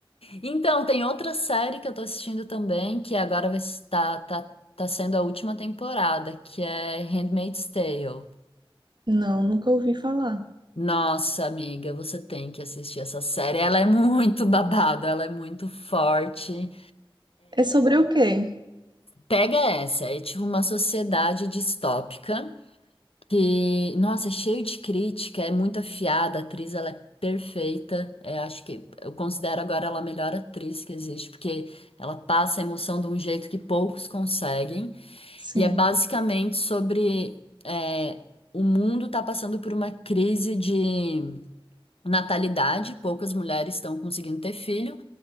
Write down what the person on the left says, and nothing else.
então, tem outra série que eu tô assistindo também, que agora vai estar, tá, tá tá sendo a última temporada, que é Handmaid's Tale.
Nossa, amiga, você tem que assistir essa série. Ela é muito <laughs> babada, ela é muito forte.
Pega essa, é tipo uma sociedade distópica que, nossa, é cheio de crítica, é muito afiada, a atriz ela é perfeita. Eu acho que eu considero agora ela a melhor atriz que existe, porque ela passa a emoção de um jeito que poucos conseguem.
E é basicamente sobre é, o mundo tá passando por uma crise de natalidade, poucas mulheres estão conseguindo ter filho.